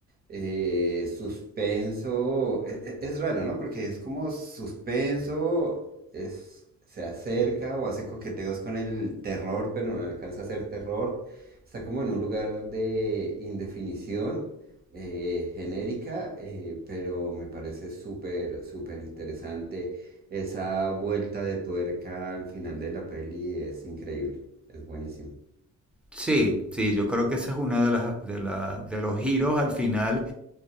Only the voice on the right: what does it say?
eh, suspenso, e- e- es, raro, ¿no? Porque es como suspenso, es, se acerca o hace coqueteos con el terror, pero no alcanza a ser terror. Está como en un lugar de indefinición eh, genérica, eh, pero me parece súper, súper interesante. Esa vuelta de tuerca al final de la peli es increíble, es buenísimo.